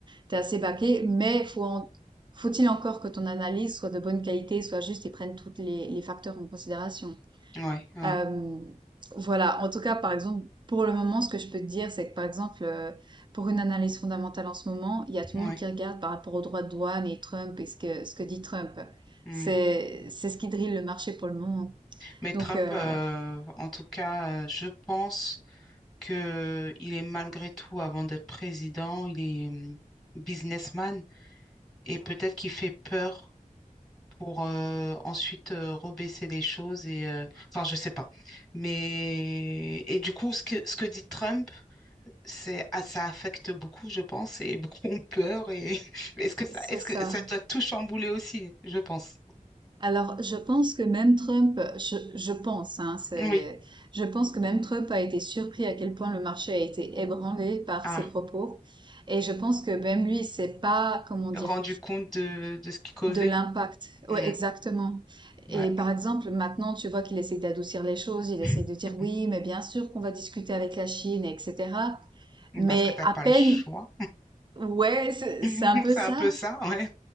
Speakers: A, on the right; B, in the centre.
A: t'es assez baqué, mais faut en- faut-il encore que ton analyse soit de bonne qualité, soit juste et prenne tous les, les facteurs en considération.
B: ouais, ouais,
A: Euh, voilà, en tout cas, par exemple, pour le moment, ce que je peux te dire, c'est que par exemple, euh, pour une analyse fondamentale en ce moment, il y a tout
B: ouais.
A: le monde qui regarde par rapport aux droits de douane et Trump et ce que, ce que dit Trump.
B: Hmm.
A: C'est, c'est ce qui drille le marché pour le moment.
B: Mais Trump,
A: Donc, euh,
B: euh, en tout cas, euh, je pense que il est malgré tout, avant d'être président, il est hum, businessman et
A: Ouais.
B: peut-être qu'il fait peur pour euh, ensuite euh, rebaisser les choses et, euh, enfin, je sais pas. Mais et du coup, ce que ce que dit Trump, c'est ah, ça affecte beaucoup, je pense, et <laughs> beaucoup ont peur. Et <laughs> est-ce que ça,
A: c'est
B: est-ce
A: ça.
B: que ça t'a tout chamboulé aussi, je pense.
A: Alors, je pense que même Trump, je, je pense, hein, c'est,
B: Oui.
A: je pense que même Trump a été surpris à quel point le marché a été ébranlé par
B: Ah.
A: ses propos. Et je pense que même lui, c'est pas, comment dire,
B: rendu compte de, de ce qui causait.
A: De l'impact. Ouais,
B: Mm,
A: exactement.
B: ouais.
A: Et par exemple, maintenant, tu vois qu'il essaie d'adoucir les choses, il
B: <laughs>
A: essaie de dire oui, mais bien sûr qu'on va discuter avec la Chine, etc. Mais
B: Parce que t'as
A: à
B: pas
A: peine,
B: le choix.
A: ouais, c'est
B: <laughs>
A: c'est un peu
B: C'est
A: ça.
B: un peu ça, ouais.